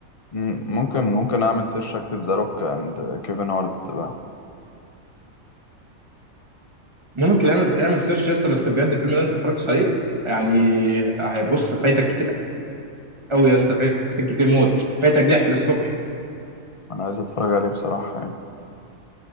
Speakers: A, on the left; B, on the right.
A: مم، ممكن ممكن اعمل سيرش اكتب ذا روك اند كيفن هارت بقى
B: ممكن اعمل اعمل سيرش يا اسطى بس بجد الفيلم ده انت ما اتفرجتش عليه يعني بص فايتك كتير قوي يا اسطى فايتك كتير موت فايتك ضحك للصبح
A: انا عايز اتفرج عليه بصراحة يعني